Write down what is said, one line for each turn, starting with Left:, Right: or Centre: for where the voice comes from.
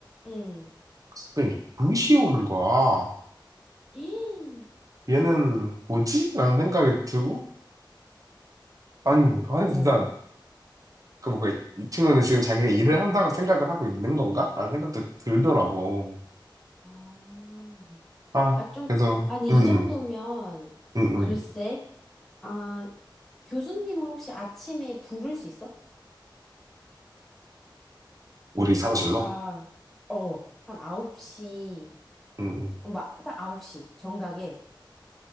Centre: 응.
Right: 그랬더니 글이 오는 거야.
Centre: 헤이.
Right: 얘는 뭐지? 라는 생각이 들고 아니 아니
Centre: 어.
Right: 진짜 그 뭔가 이 친구는 지금 자기가 일을 한다고 생각을 하고 있는 건가? 라는 생각도 들더라고
Centre: 아,
Right: 아
Centre: 아, 좀,
Right: 그래서
Centre: 아니,
Right: 응응
Centre: 이 정도면,
Right: 응 응,
Centre: 글쎄,
Right: 응.
Centre: 아, 교수님은 혹시 아침에 부를 수 있어?
Right: 우리 사무실로
Centre: 막 한, 어, 한 9시,
Right: 응응
Centre: 어, 막, 딱 아홉 시 정각에.